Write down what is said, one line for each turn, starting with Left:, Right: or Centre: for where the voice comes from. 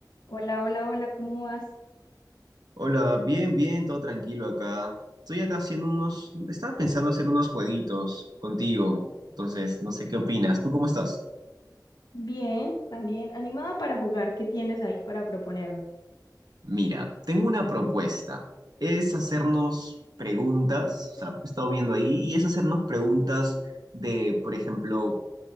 Left: Hola, hola, hola, ¿cómo vas?
Right: Hola, bien, bien, todo tranquilo acá. Estoy acá haciendo unos, estaba pensando hacer unos jueguitos contigo, entonces no sé qué opinas. ¿Tú cómo estás?
Left: Bien, también animada para jugar. ¿Qué tienes ahí para proponerme?
Right: Mira, tengo una propuesta. Es hacernos preguntas, o sea, he estado viendo ahí, y es hacernos preguntas de, por ejemplo,